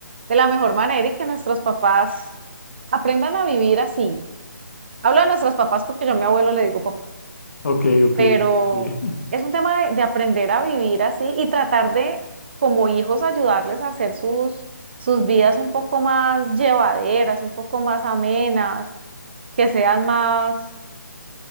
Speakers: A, on the right; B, on the left.
A: de la mejor manera y que nuestros papás aprendan a vivir así. Hablo de nuestros papás porque yo a mi abuelo le digo papá,
B: Ok, ok,
A: pero
B: ok. ok.
A: es un tema de, de aprender a vivir así y tratar de, como hijos, ayudarles a hacer sus, sus vidas un poco más llevaderas, un poco más amenas, que sean más...